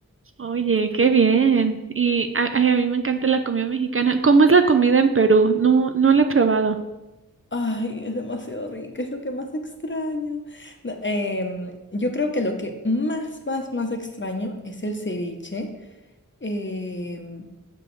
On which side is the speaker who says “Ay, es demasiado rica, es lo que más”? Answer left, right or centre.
Left